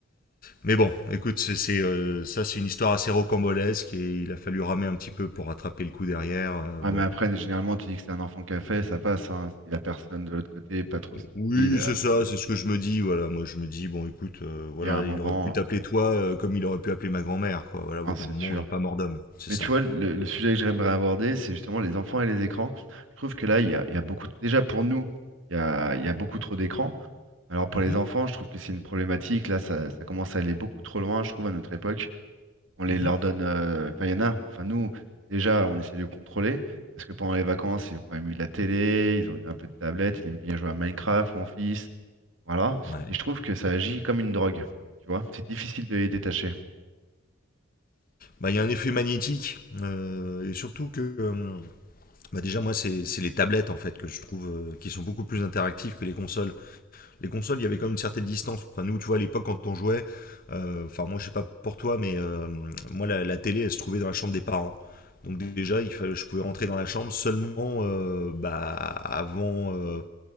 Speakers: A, on the left; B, on the right.
A: mais bon, écoute, c'est c'est, euh, ça c'est une histoire assez rocambolesque et il a fallu ramer un petit peu pour rattraper le coup derrière. euh,
B: ah
A: bon.
B: mais après, généralement, tu dis que c'est un enfant qui a fait, ça passe, hein. Si la personne de l'autre côté est pas trop stupide,
A: Oui,
B: euh,
A: c'est ça, c'est ce que je me dis. Voilà, moi je me dis bon, écoute, euh, voilà,
B: il y a un moment,
A: il aurait pu t'appeler toi euh, comme il aurait pu appeler ma grand-mère, quoi. Voilà,
B: hein,
A: au bout
B: c'est
A: d'un moment,
B: sûr.
A: il n'y a pas mort d'homme, c'est
B: Mais
A: ça.
B: tu vois, le, le sujet que j'aimerais aborder, c'est justement les enfants et les écrans. Je trouve que là, il y a, il y a beaucoup, déjà pour nous, il y a, il y a beaucoup trop d'écrans. Alors pour
A: Mhm,
B: les enfants, je trouve que c'est une problématique. Là, ça, ça commence à aller beaucoup trop loin, je trouve, à notre époque. on les
A: mhm.
B: leur donne. euh, Enfin, il y en a. Enfin, nous, déjà, on essaie de contrôler. Parce que pendant les vacances, ils ont quand même eu de la télé, ils ont eu un peu de tablette, ils aiment bien jouer à Minecraft, mon fils. Voilà.
A: Ouais.
B: Et je trouve que ça agit comme une drogue. Tu vois, c'est difficile de les détacher.
A: Bah, il y a un effet magnétique euh, et surtout que euh, bah, déjà moi c'est c'est les tablettes en fait que je trouve euh, qui sont beaucoup plus interactives que les consoles. Les consoles il y avait quand même une certaine distance. Enfin nous tu vois à l'époque quand on jouait, euh, enfin moi je sais pas pour toi mais euh, moi la, la télé elle se trouvait dans la chambre des parents. Donc déjà il fallait, je pouvais rentrer dans la chambre seulement euh, bah, avant euh,